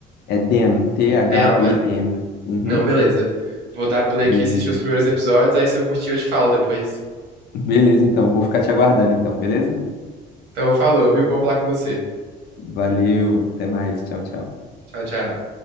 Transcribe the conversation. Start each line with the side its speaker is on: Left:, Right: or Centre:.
Left: É Them, T-H-E-M.
Right: Damn, né?
Left: Uhum.
Right: Não, beleza. Vou dar play
Left: Beleza.
Right: aqui e assistir os primeiros episódios, aí se eu curtir eu te falo depois.
Left: Beleza, então. Vou ficar te aguardando, então, beleza?
Right: Então, falou, viu? Bom falar com você.
Left: Valeu, até mais. Tchau, tchau.
Right: Tchau, tchau.